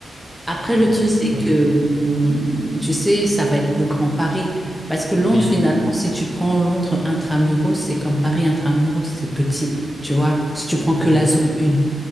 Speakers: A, in the centre; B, on the left.
A: après,
B: Alors,
A: le truc,
B: euh,
A: c'est que, hum, tu sais, ça va être le grand Paris. Parce que Londres,
B: oui,
A: finalement, si tu prends Londres intramuros, c'est comme Paris intramuros, c'est petit, tu vois. Si tu prends
B: Mm.
A: que la zone 1.